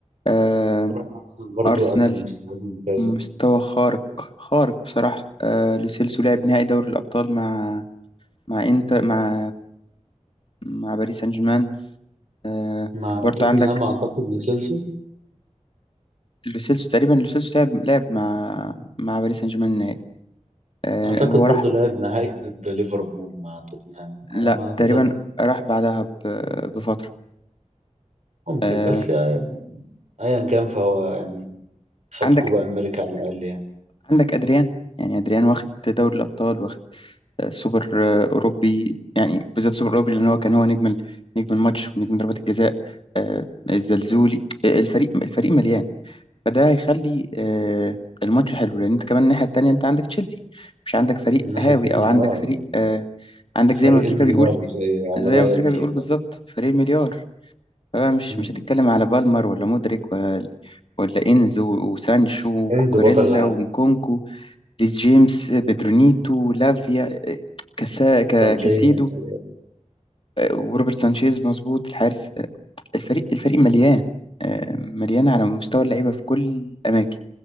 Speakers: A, on the left; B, on the right.
A: آه،
B: وراح أرسنال برضو
A: أرسنال
B: قدم مستويات ممتازة
A: مستوى خارق خارق بصراحة آه، لوسيلسو لعب نهائي دوري الأبطال مع مع انت مع مع باريس سان جيرمان آه
B: مع
A: برضو
B: توتنهام
A: عندك
B: أعتقد لسيلسو
A: لوسيلسو تقريبا لوسيلسو لعب لعب مع مع باريس سان جيرمان النهائي آه
B: أعتقد
A: هو
B: برضو
A: راح
B: لعب نهائي ضد ليفربول مع توتنهام
A: لا
B: على ما أتذكر
A: تقريبا راح بعدها ب- بفترة
B: ممكن
A: آه
B: بس يعني أيا كان فهو يعني خد
A: عندك
B: كوبا أمريكا على الأقل يعني
A: عندك ادريان يعني ادريان واخد دوري الابطال واخد آه، سوبر آه، اوروبي يعني بالذات سوبر اوروبي لان هو كان هو نجم ال- نجم الماتش ونجم ضربات الجزاء آه الزلزولي آه، الفريق الفريق مليان فده هيخلي آه، الماتش حلو لان انت كمان الناحيه التانيه انت عندك تشيلسي مش عندك فريق
B: من الناحية
A: هاوي
B: التانية
A: او عندك
B: أه
A: فريق
B: يعني
A: آه، عندك زي
B: فريق
A: ما بتريكا
B: المليار
A: بيقول
B: زي على
A: زي
B: رأي
A: ما بتريكا
B: أبو تريكة
A: بيقول بالظبط فريق مليار فبقى مش
B: مم.
A: مش هتتكلم على بالمر ولا مودريك ولا ولا انزو وسانشو وكوكوريلا
B: إنزو بطل العالم
A: ومكونكو ريس جيمس بيدرونيتو لافيا آه، كاسا كا-
B: تنجيز
A: كاسيدو آه، وروبرت سانشيز مظبوط الحارس الفريق الفريق مليان آه، مليان على مستوى اللعيبة في كل الأماكن